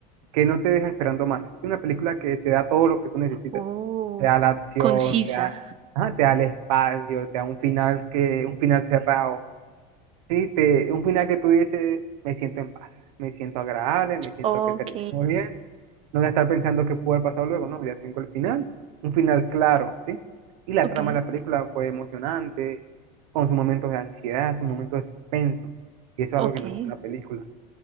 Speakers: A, on the right; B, on the right.
A: que no te deja esperando más. Es una película que te da todo lo que tú necesitas.
B: Oh,
A: Te da la acción,
B: concisa.
A: te da, ajá, te da el espacio, te da un final que, un final cerrado. Sí, te, un final que tú dices, me siento en paz, me siento agradable, me siento
B: Ok,
A: que terminó bien no voy a estar pensando qué puede pasar luego, no, ya tengo el final, un final claro, ¿sí? Y la
B: ok,
A: trama de la película fue emocionante, con sus momentos de ansiedad, sus momentos de suspenso, y eso
B: ok.
A: es algo que me gusta en la película.